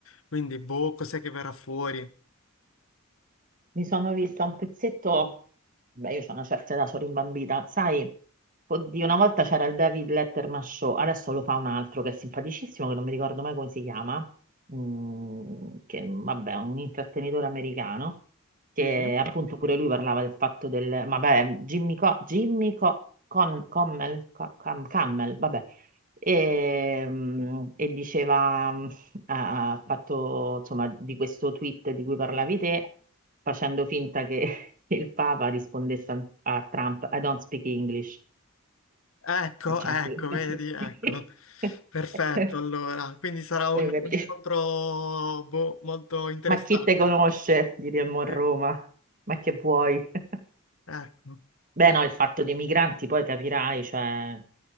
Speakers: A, on the left; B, on the right.
A: Quindi, boh, cos'è che verrà fuori?
B: Mi sono vista un pezzetto, beh, io ho una certa età, sono rimbambita, sai, oddio, una volta c'era il David Letterman Show, adesso lo fa un altro che è simpaticissimo, che non mi ricordo mai come si chiama, mm, che vabbè, è un intrattenitore americano, che
A: Sì.
B: appunto pure lui parlava del fatto del, vabbè, Jimmy, Co- Jimmy Co- Con- Commel, Co- Cam- Cammel, vabbè, e, mm, e diceva... mm, ha ha fatto insomma di questo tweet di cui parlavi te, facendo finta che <laughs> il Papa rispondesse a, a Trump: I don't speak English.
A: Ecco,
B: Cioè,
A: ecco,
B: <laughs>
A: vedi, ecco. Perfetto,
B: eh,
A: allora. Quindi sarà un,
B: per
A: un
B: dire,
A: incontro, boh, molto interessante.
B: Ma chi te conosce? Diremmo a
A: Sì.
B: Roma. Ma che vuoi? <laughs>
A: Ecco,
B: Beh,
A: per-
B: no, il fatto dei migranti, poi capirai, cioè,